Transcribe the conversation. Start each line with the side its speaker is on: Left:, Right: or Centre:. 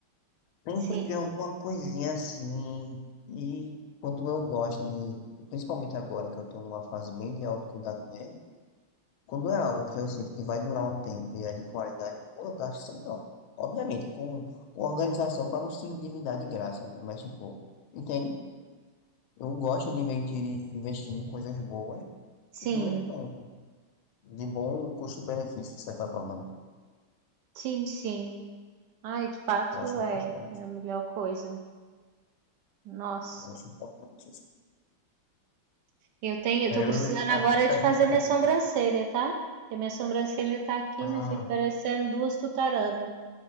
Left: Sempre
Right: Sim,
Left: tem alguma coisinha assim. E quando eu gosto de, principalmente agora que eu tô numa fase bem de autocuidado mesmo, quando é algo que eu sinto que vai durar um tempo e é de qualidade boa, eu gasto sem dó. Obviamente, com, com organização para não se endividar de graça, né? Mas, tipo, entende? Eu gosto de investir, investir em coisas boas
Right: sim,
Left: que durem tempo, de bom custo-benefício, de certa forma, né?
Right: sim, sim. Ai, de fato
Left: Eu acho
Right: é,
Left: importante.
Right: é a melhor coisa. Nossa.
Left: Eu acho importante
Right: Eu tenho, eu tô
Left: Aí
Right: precisando
Left: eu, aí
Right: agora
Left: eu fico
Right: de
Left: perguntando
Right: fazer minha
Left: aqui.
Right: sobrancelha, tá? Porque minha sobrancelha tá aqui,
Left: Ah.
Right: me fica parecendo duas tutaranas.